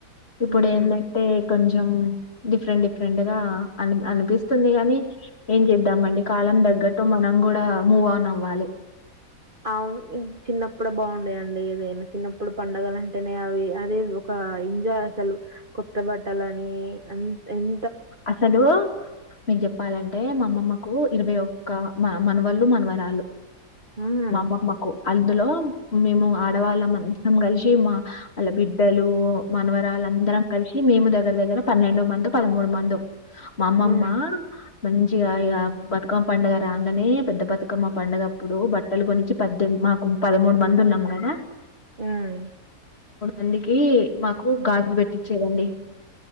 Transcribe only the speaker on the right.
హ్మ్.
అవున్ చిన్నప్పుడే బావుండేదండి ఏదైనా చిన్నప్పుడు పండగలంటేనే అవి అది ఒక ఆ ఎంజాయ్ అసలు కొత్త బట్టలని అన్ ఎన్
హ్మ్.
హ్మ్.
ఉమ్